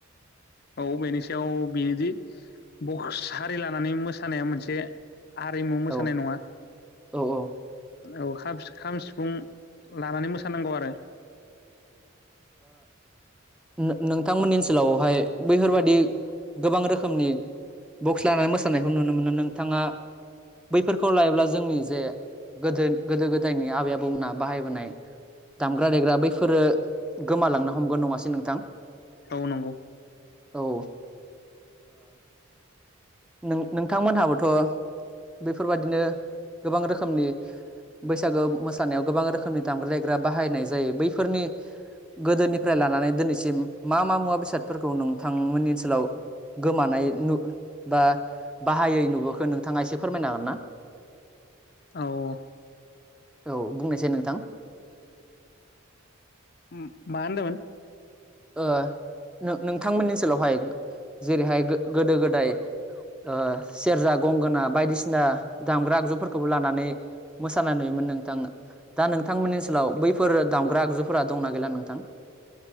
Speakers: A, on the left (about 50°); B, in the centre.
A: औ बेनि सायाव बेनोदि बक्स हारि लानानै मोसानाया मोनसे हारिमु मोसानाय
B: औ
A: नङा
B: औ औ
A: औ खाम सि सिफुं लानानै मोसानांगौ आरो।
B: नो नोंथांमोननि ओनसोलावहाय बैफोरबादि गोबां रोखोमनि बक्स लानानै मोसानायखौ नुनो मोनो। ‌ नोंथाङा बैफोरखौ लायोब्ला जोंनि जे गोदो गोदो-गोदायनि आबै-आबौमोनहा बाहायबोनाय दामग्रा-देग्रा बैफोरो गोमालांनो हमगोन नङासै नोंथां?
A: औ नंगौ।
B: औ ओ नों नोंथांमोनहाबोथ' बेफोरबादिनो गोबां रोखोमनि बैसागो मोसानायाव गोबां रोखोमनि दामग्रा-देग्रा बाहायनाय जायो बैफोरनि गोदोनिफ्राय लानानै दिनैसिम मा मा मुवा बेसादफोरखौ नोंथांमोननि ओनसोलाव गोमानाय नु बा बाहायै नुबोखो नोंथाङा एसे फोरमायनो हागोन ना?
A: औ औ
B: औ बुंनायसाय नोंथां
A: उम मा होनदोंमोन?
B: ओ नो नोंथांमोननि ओनसोलावहाय जेरैहाय गो गोदो-गोदाय ओ सेरजा, गंगोना बायदिसिना दामग्रा आगजुफोरखौबो लानानै मोसानाय नुयोमोन नोंथां। दा नोंथांमोननि ओनसोलाव बैफोर दामग्रा आगजुफोरा दंना गैला नोंथां? <inaudible>